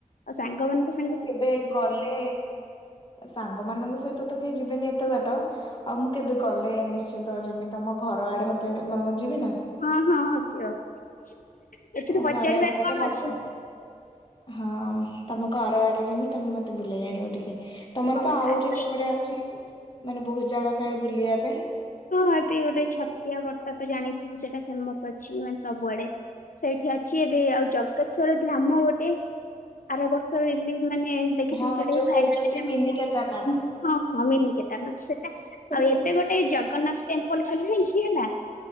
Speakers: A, on the left; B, on the left.
A: ଆଉ ସାଙ୍ଗ ମାନ ତ
B: ତେବେ ଗଲେ ସାଙ୍ଗ ମାନଙ୍କ ସହିତ ତ କେହି ଯିବେନି ଏତେ ବାାଟ। ଆଉ ମୁଁ କେବେ ଗଲେ ନିଶ୍ଚିନ୍ତ ଯେମିତି ତମ ଘର ଆଡେ ମତେ ମୁଁ ଯିବି ନା
A: ହଁ ହଁ ହକ ଏଥିରେ
B: ତମ
A: ପଚାରିବାର
B: ଘର ଆଡେ ଗଲେ
A: କଣ
B: ମତେ
A: ଅଛି।
B: ହଁ ତମ ଘର ଆଡେ ଯେମିତି ତମେ ମତେ ବୁଲେଇ ଆାଣିବ ଟିକେ। ତମର
A: ହଉ
B: ପା ଆହୁରି
A: ତାହେଲେ
B: ସେପଟେ ଅଛି ମାନେ ବହୁତ ଜାଗା କାଳେ ବୁଲିବା ପାଇଁ।
A: ହଁ ହଁ ଏ ଗୋଟେ ଛତିଆ ବର୍ତ୍ଟତା ତ ଜାଣିଥିବୁ ସେଇଟା ଫେମସ ଅଛି ମାନେ ସବୁଆଡେ। ସେଇଠି ଅଛି ଏବେ ଆଉ ଜଗେଶଵର ଧାମ ଗୋଟେ ଆର ବର୍ଷ ମାନେ ଦେଖି
B: ହଁ
A: ତୁ ସେଟା
B: ଯୋଉ
A: ଭାଇେ
B: କହୁଛନ୍ତି
A: ଚାଲି
B: ମିନି
A: ନା
B: କେଦାରନାଥ।
A: ହଁ ହଁ ମିଲିକେ ତାର ସେଟା ଆଉ
B: ସମସ୍ତେ ତ
A: ଏବେଟ ଗୋଟେ ଜଗନ୍ନାଥ। ଲ ହେଲା